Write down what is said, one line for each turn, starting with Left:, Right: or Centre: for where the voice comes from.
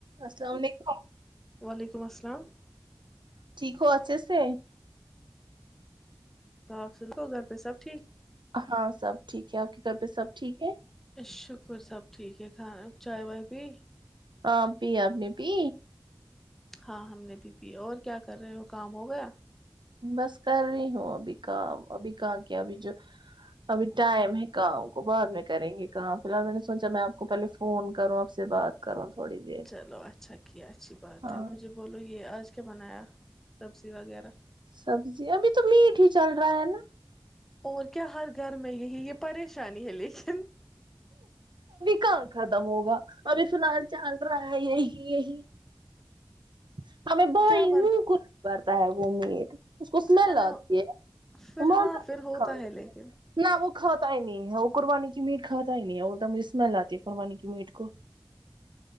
Right: السلام علیکم
Centre: وعلیکم السلام <unintelligible>
Right: ٹھیک ہو اچ سے <unintelligible>
Centre: صاف سن کرو گھر پہ سب <unintelligible>
Right: ہاں سب ٹھیک ہے آپ کے گھر پہ سب ٹھیک ہے
Centre: شکر سب ٹھیک ہے کھانا چائے وائے پی
Right: ہاں پی آپنی پی
Centre: ہاں ہم نے بھی پی اور کیا کر رہے ہو کام ہو گیا
Right: بس کر رہی ہوں ابھی کام ابھی کہاں کیا ابھی جو ابھی ٹائم ہے کام کو بعد میں کریں گے کام فی الحال میں نے سوچا میں آپ کو پہلے فون کروں آپ سے بات کروں تھوڑی دیر
Centre: چلو اچھا ہے اچھی بات
Right: ہاں
Centre: ہے مجھے بولو یہ آج اسچ کے بنایا سبزی وغیرہ
Right: سبزی ابھی تو میٹ ہی چل رہا ہے نا
Centre: اور کیا ہر گھر میں یہی یہ پریش شانی ہے لیکن
Right: ک ختم ہوگا ابھی فی الحال چل رہا ہے یہی یہی <unintelligible> ہمیں بائی
Centre: کیا بن
Right: کر تا ہے وہ مد اس کو اسمیل
Centre: ہے
Right: آتی
Centre: نا
Right: ہے
Centre: پھر ہاں پھر ہوتا ہے لیکن
Right: نہ وہ کھاتا ہی نہیں ہے وہ قربانی کی میٹ کھاتا ہی نہیں ہے بولتا مجھے اسمیل آتی ہے قربانی کی میٹ کو